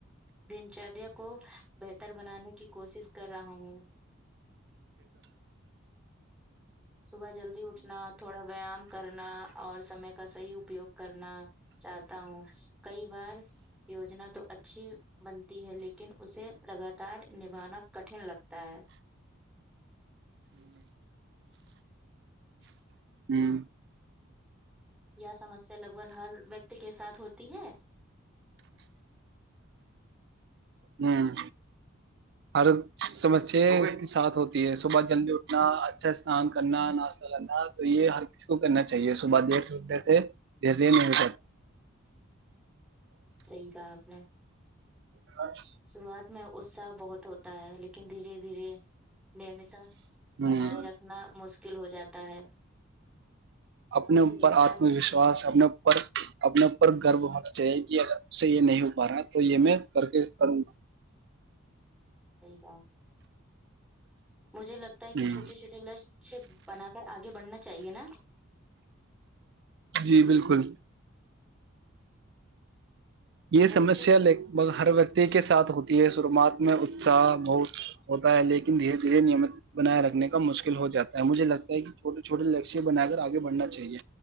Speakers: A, in the centre; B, on the right.
A: دن چریا کو بہ تر بنانے کی کوشش کر رہا ہوں صبح جلدی اٹھنا تھوڑا ویایام کرنا اور سمے کا صحیح اپیوگ کرنا چاہتا ہوں کئی بار یوجنا تو ا اچھی بنتی ہے لیکن اسے لگاتار نبھانا کٹھن لگتا ہے <inaudible>
B: ہمم
A: یہ سمسیا لگ بگ ہر ویکتی کے ساتھ ہوتی ت ہے
B: ہمم ہر سمسیا کے ساتھ ہوتی ہے صبح جلدی اٹھنا اچھا اسنان کرنا ناشتہ کرنا تو یہ ہر کسی کو کرنا چاہیے صبح دیر سے اٹھنے سے در
A: صحیح کہا آپ نے
B: <unintelligible>
A: شروعات میں اتصاہ بہت ہوتا ہے لیکن دھیرے دھیرے دمیتا
B: ہوں
A: بنائے رکھنا مشکل مشکل ہو جاتا ہے
B: اپنے
A: مجھے
B: اوپر
A: لگتا
B: اعطم
A: ہے
B: وشواس اپنے اوپر اپنے اوپر گرو ہونا چاہیے سے یہ نہیں ہو پا رہا ہے تو یہ میں کر کے کروں
A: صحیح کہا مجھے لگتا
B: گا
A: ہے کہ چھوٹے چھوٹے لچ بنا کر آگے بڑھنا چاہیئے نا
B: جی بالکل یہ
A: ویسے
B: سمسیا لگ بھگ ہر ویکتی کے ساتھ ہوتی شروعات میں اتساہ بہت ہوتا ہے لیکن دھیرے دھیرے نیمت بنائے رکھنے کا مشکل ہو جاتا ہے مجھے لگتا ہے کہ چھوٹے چھوٹے لکیہ بنا کر آگے بڑھنا چاہیے